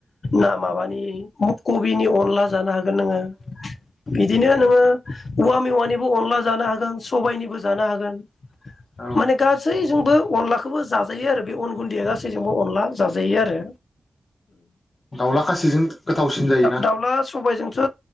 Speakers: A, on the left; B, on the left.
A: ना माबानि मु कबिनि अनला। हागोन नोङो बिदिनो नोंङो औवा मेवायनिबो अनला जानो हागोन सबाय। निबो जानो हागोन। माने
B: औ
A: गासैजोंबो अनलाखौबो जाजायो आरो बे अन गुन्दैया गासैजोंबो अनला जाजायो आरो
B: दाउला खासिजों गोथावसिन जायोना
A: दाउला। सबायजोंथ'